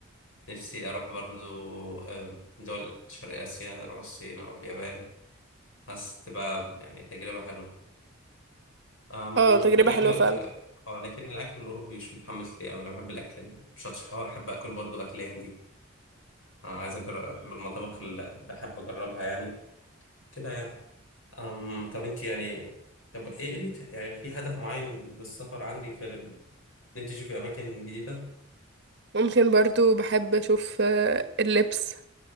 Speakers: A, on the left; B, on the right.
A: نفسي أروح برضو آم، دول شرق آسيا أروح الصين أروح اليابان حاسس تبقى يعني تجربة حلوة أم
B: اه تجربة
A: الأكل
B: حلوة
A: آه
B: فعلا
A: آه، لكن الأكل الأوروبي مش متحمس ليه أوي أنا بحب الأكل المشطشط أه أحب أكل برضو أكل هندي آه، عايز أجرب من المطابخ اللي بحب أجربها يعني كده يعني أم طب أنت يعني طب إيه إيه اللي ت- يعني في هدف معين للسفر عندك غير ال- إن أنت تشوفي أماكن جديدة؟
B: ممكن برضو بحب اشوف آه، اللبس